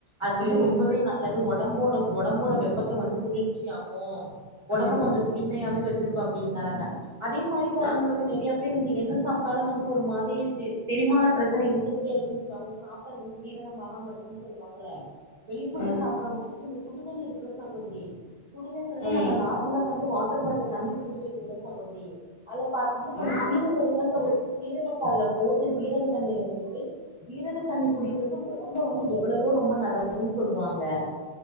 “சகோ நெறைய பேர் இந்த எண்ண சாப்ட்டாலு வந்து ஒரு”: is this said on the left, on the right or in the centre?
Right